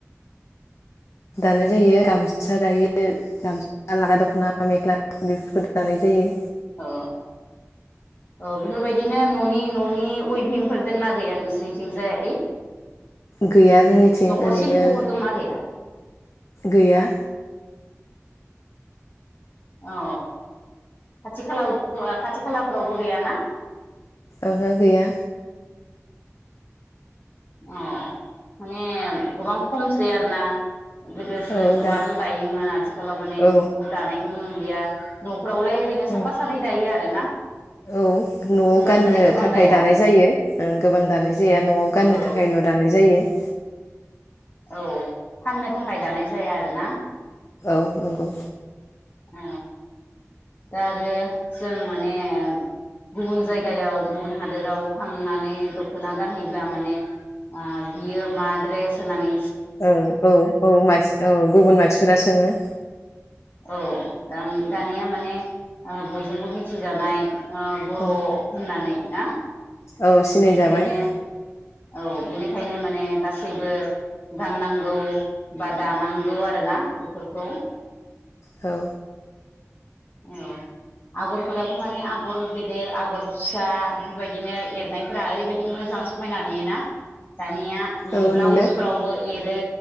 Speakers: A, on the left; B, on the left.
A: दानाय जायो गामसा दायो <inaudible> गामसा <inaudible> लागा <inaudible> दख'ना <inaudible> मेख्ला बेफोरखौ दानाय जायो
B: अ औ बेफोरबायदिनो न'नि न'नि उइभिंफोर दंना गैया नोंसोरनिथिंजाय आगै
A: गैया जोंनिथिं
B: न'खर
A: ओरैनो
B: सिल्प'फोर दंना गैया
A: गैया
B: अ खाथि खाला खाथि खालाफोरावबो गैयाना
A: ओहो गैया
B: अ माने गोबां खमसै आरो ना गोदोसो
A: औ
B: गोबां
A: दा
B: दायोमोन आथिखालाव माने
A: औ
B: बेफोरखौ दानायखौ नुनो मोन या न' फोरफ्रावलाय ओरैनो
A: उम
B: साफा सानै दायो आरो ना
A: औ न'आव
B: होनबाबो
A: गाननो
B: माने गोबां
A: थाखाय
B: दाया
A: दानाय जायो ओं गोबां दानाय जाया न'आव गाननो
B: औ
A: थाखायल' दानाय जायो <unintelligible>
B: औ फाननो थाखाय दानाय जाया आरो ना
A: औ नंगौ
B: ओ दा आरो जों माने गुबुन जायगायाव गुबुन हादोराव थांनानै दख'ना गानहैब्ला माने ओ बियो मा ड्रेस होनानै
A: औ औ औ मानसि औ गुबुन मानसिफोरा सोङो
B: औ दा दानिया माने बयजोंबो मिथिजानाय ओ बर'
A: औ
B: होननानै ना
A: औ सिनाय
B: बेनिखायनो
A: जाबाय
B: औ बेनिखायनो माने गासैबो गाननांगौ बा दानांगौ आरोना बेफोरखौ
A: औ
B: औ आगरफोराबो माने आगर गेदेर आगर फिसा बेफोरबायदिनो एरनायफोरा ओरैबायदि मोजां समायना नुयोना दानि या
A: औ
B: ब्लाउसफोरावबो
A: नुयो
B: एरो